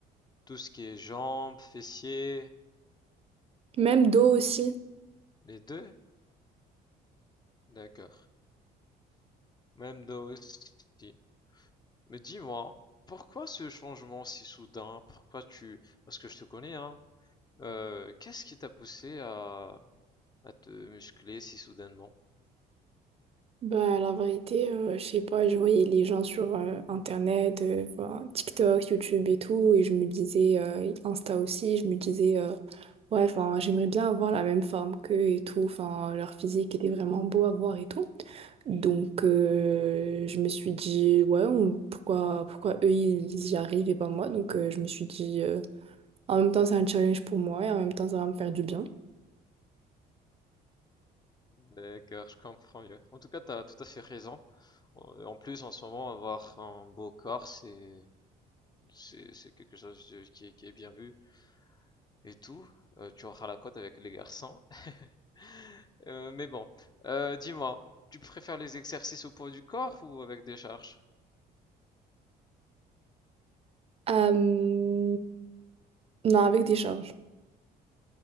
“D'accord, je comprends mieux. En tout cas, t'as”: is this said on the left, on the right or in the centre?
Left